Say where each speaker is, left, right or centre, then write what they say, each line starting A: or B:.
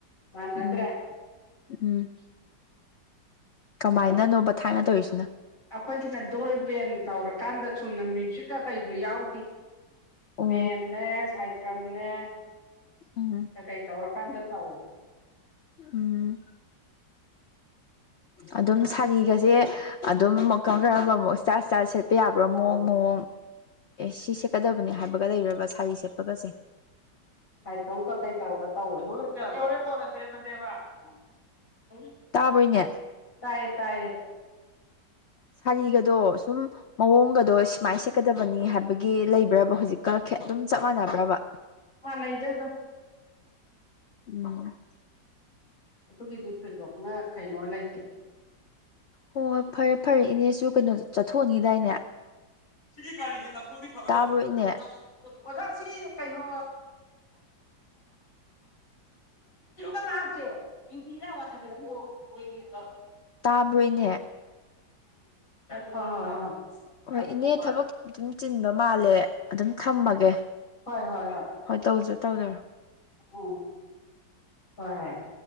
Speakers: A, on the left; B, on the left.
A: ꯃꯥꯟꯅꯗ꯭ꯔꯦ
B: ꯎꯝ ꯎꯝ ꯀꯃꯥꯏꯅꯅꯣꯃ ꯊꯥꯏꯅ ꯇꯧꯔꯤꯁꯤꯅ
A: ꯑꯩꯈꯣꯏꯒꯤꯅ ꯗꯣꯜ ꯕꯦꯟ ꯇꯧꯔꯀꯥꯟꯗ ꯆꯨꯝꯅ ꯃ꯭ꯌꯨꯖꯤꯛꯀ ꯀꯩꯗꯣ ꯌꯥꯎ
B: ꯑꯣ
A: ꯕꯦꯟꯅꯦ ꯁꯥꯏꯀ꯭ꯔꯝꯅꯦ
B: ꯎꯝ
A: ꯀꯩ ꯇꯧꯔꯣ ꯀꯥꯟꯗ ꯇꯣ
B: ꯎꯝ ꯑꯗꯨꯝ ꯁꯥꯔꯤꯒꯁꯦ ꯑꯗꯨꯝ ꯑꯃꯨꯛ ꯀꯔꯝ ꯀꯔꯝꯕ ꯑꯃꯨꯛ ꯏꯁꯇꯥꯏꯜ ꯏꯁꯇꯥꯏꯜ ꯁꯦꯠ ꯁꯦꯠꯄ ꯌꯥꯕ꯭ꯔꯥ
A: ꯇꯧ
B: ꯃꯑꯣꯡ ꯃꯑꯣꯡ ꯑꯦ ꯁꯤ ꯁꯦꯠꯀꯗꯕꯅꯦ ꯍꯥꯏꯕꯒ ꯂꯩꯔꯕ ꯁꯥꯔꯤ ꯁꯦꯠꯄꯒꯁꯦ
A: <unintelligible>
B: ꯇꯥꯕ꯭ꯔꯣ ꯏꯅꯦ
A: ꯇꯥꯏꯌꯦ ꯇꯥꯏꯌꯦ
B: ꯁꯥꯔꯤꯒꯗꯣ ꯁꯨꯝ ꯃꯑꯣꯡꯒꯗꯣ ꯁꯨꯃꯥꯏꯅ ꯁꯦꯠꯀꯗꯕꯅꯤ ꯍꯥꯏꯕꯒꯤ ꯂꯩꯕ꯭ꯔꯕ ꯍꯧꯖꯤꯛꯀ ꯑꯗꯨꯝ ꯆꯞ ꯃꯥꯟꯅꯕ꯭ꯔꯕ
A: ꯃꯅꯦ ꯏꯗ ꯑꯗꯨ
B: ꯎ
A: ꯑꯗꯨꯒꯤꯗꯤ ꯐꯣꯏꯗꯣꯛꯅ ꯀꯩꯅꯣ ꯂꯩꯇꯦ
B: ꯍꯣꯏ ꯍꯣꯏ ꯐꯔꯦ ꯐꯔꯦ ꯏꯅꯦꯁꯨ ꯀꯩꯅꯣ ꯆꯠꯊꯣꯛꯑꯅꯤꯗꯥꯏꯅꯦ
A: ꯁꯤꯒꯤ ꯒꯥꯔꯤꯁꯦ ꯅꯐꯗꯤ ꯐꯒꯗꯕꯅꯤꯣ
B: ꯇꯥꯕ꯭ꯔꯣ ꯏꯅꯦ
A: ꯑꯣꯖꯥꯁꯤ ꯀꯩꯅꯣ <unintelligible> ꯍꯞꯁꯦ ꯏ ꯏꯔ ꯋꯥ ꯊꯗ <unintelligible> ꯍꯣꯏ
B: ꯇꯥꯕ꯭ꯔꯣ ꯏꯅꯦ
A: ꯍꯣꯏ
B: ꯍ ꯏꯅꯦ
A: ꯍꯣꯏ
B: ꯊꯕꯛ ꯑꯗꯨꯝ ꯆꯤꯟꯕ ꯃꯥꯜꯂꯦ ꯑꯗꯨꯝ ꯊꯝꯃꯒꯦ
A: ꯍꯣꯏ ꯍꯣꯏ
B: ꯇꯧꯖ ꯇꯧꯖꯔꯣ
A: ꯎ ꯍꯣꯏ ꯍꯣꯏ